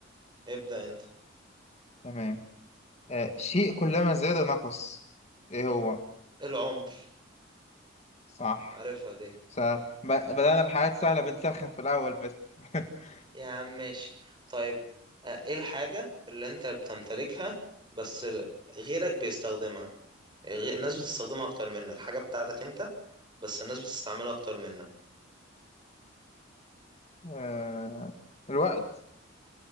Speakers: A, on the right; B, on the left.
A: ابدا انت
B: تمام آه شيء كلما زاد نقص ايه هو
A: العمر
B: صح
A: عارفها دي
B: س... ب- بدأنا بحاجات سهلة بنسخن في الاول بس <laughs>
A: يا عم ماشي طيب أه ايه الحاجه اللي انت بتمتلكها بس غيرك بيستخدمها غ- الناس بتستخدمها اكتر منك حاجة بتاعتك انت بس الناس بتستعملها اكتر منك
B: آه الوقت